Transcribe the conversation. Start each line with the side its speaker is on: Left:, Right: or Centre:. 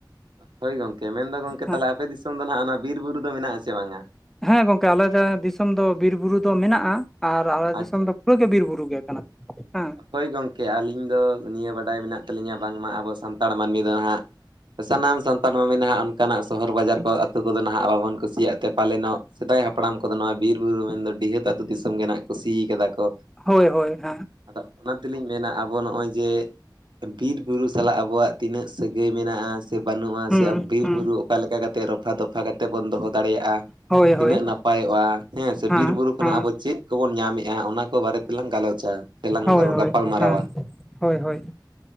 Right: ᱟᱦ ᱦᱳᱭ ᱜᱚᱝᱠᱮ, ᱢᱮᱱᱫᱟ ᱜᱚᱝᱠᱮ
Centre: ᱦᱮᱸ
Right: ᱛᱟᱦᱞᱮ ᱟᱯᱮ ᱫᱤᱥ ᱛᱳᱝ ᱫᱚ ᱱᱷᱟᱜ ᱟᱱᱟ ᱵᱤᱨ, ᱵᱩᱨᱩ ᱫᱚ ᱢᱮᱱᱟᱜᱼᱟᱥᱮ ᱵᱟᱝᱟ?
Centre: ᱦᱮᱸ ᱜᱚᱝᱠᱮ, ᱟᱞᱮ ᱫᱮ ᱫᱤᱥᱚᱢ ᱫᱚ ᱵᱤᱨ, ᱵᱩᱨᱩ ᱫᱚ ᱢᱮᱱᱟᱜᱼᱟ ᱟᱨ ᱟᱞᱮ
Right: ᱟᱪᱪᱷᱟ
Centre: ᱫᱤᱥᱚᱢ ᱫᱚ ᱯᱩᱨᱟᱹ ᱜᱮ ᱵᱤᱨ, ᱵᱩᱨᱩ ᱜᱮ ᱠᱟᱱᱟ᱾ ᱦᱮᱸ
Right: ᱦᱳᱭ ᱜᱚᱝᱠᱮ, ᱟᱹᱞᱤᱧ ᱫᱚ ᱱᱤᱭᱟᱹ ᱵᱟᱰᱟᱭ ᱢᱮᱱᱟᱜ ᱛᱟᱞᱤᱧᱟ, ᱵᱟᱝᱢᱟ ᱟᱵᱚ ᱥᱟᱱᱛᱟᱲ ᱢᱟᱱᱢᱤ ᱫᱚ ᱦᱟᱸᱜ ᱥᱟᱱᱟᱢ ᱥᱟᱱᱛᱟᱞᱢᱟ ᱢᱮᱱᱟᱜ ᱚᱱᱠᱟᱱᱟᱜ ᱥᱚᱦᱚᱨ ᱵᱟᱡᱟᱨ ᱠᱚ, ᱟᱛᱩ ᱠᱚᱫᱚ ᱱᱟᱦᱟᱜ ᱣᱟᱵᱚᱱ ᱠᱩᱥᱤᱭᱟᱜ ᱛᱮ ᱯᱟᱞᱮᱱᱚᱜ ᱥᱮᱫᱟᱭ ᱦᱟᱯᱲᱟᱢ ᱠᱚᱫᱚ ᱱᱚᱣᱟ ᱵᱤᱨ, ᱵᱩᱨᱩ ᱢᱮᱱᱫᱚ ᱰᱤᱦᱟᱹᱛ ᱟᱹᱛᱩ ᱫᱤᱥᱚᱢ ᱜᱮ ᱱᱟᱸᱜ ᱠᱩᱥᱩ ᱠᱟᱫᱟ ᱠᱚ᱾
Centre: ᱦᱳᱭ-ᱦᱳᱭ, ᱦᱟᱸ᱾
Right: ᱟᱫᱚᱜ ᱚᱱᱟᱛ- -ᱛᱮᱹᱞᱤᱧ ᱢᱮᱱᱟ ᱟᱵᱚ ᱱᱚᱜᱼᱚᱭ ᱡᱮᱜ ᱵᱤᱨ, ᱵᱩᱨᱩ ᱥᱟᱞᱟᱜ ᱟᱵᱚᱣᱟᱜ ᱛᱤᱱᱟᱹᱜ ᱥᱟᱹᱜᱟᱹᱭ ᱢᱮᱱᱟᱜᱼᱟ? ᱥᱮ ᱵᱟᱹᱱᱩᱜᱼᱟ
Centre: ᱦᱩᱸ
Right: ᱥᱮ ᱟᱣ ᱵᱤᱨ,
Centre: ᱦᱩᱸ
Right: ᱵᱩᱨᱩ ᱚᱠᱟ ᱞᱮᱠᱟ ᱠᱟᱛᱮᱜ ᱨᱚᱯᱷᱟ-ᱫᱚᱯᱷᱟ ᱠᱟᱛᱮᱜ ᱵᱚᱱ ᱫᱚᱦᱚ ᱫᱟᱲᱮᱭᱟᱜᱼᱟ?
Centre: ᱦᱳᱭ
Right: ᱛᱤᱱᱟᱹᱜ
Centre: ᱦᱳᱭ
Right: ᱱᱟᱯᱟᱭᱚᱜᱼᱟ ᱦᱮᱸᱻ ᱥᱮ
Centre: ᱦᱮᱸ
Right: ᱵᱤᱨ, ᱵᱩᱨᱩ ᱠᱷᱚᱱᱟᱜ
Centre: ᱦᱮᱸ
Right: ᱟᱵᱚ ᱪᱮᱜ ᱠᱚᱵᱚᱱ ᱧᱟ ᱢᱮᱜᱼᱟ? ᱚᱱᱟ ᱠᱚ ᱵᱟᱨᱮ ᱛᱮ ᱞᱟᱝ ᱜᱟᱞᱚᱪᱟ᱾ ᱥᱮᱞᱟᱝ
Centre: ᱦᱳᱭ-ᱦᱳᱭ,
Right: ᱜᱟᱯᱟᱞ ᱢᱟᱨᱟᱣᱟ
Centre: ᱦᱮᱸ, ᱦᱳᱭ-ᱦᱳᱭ᱾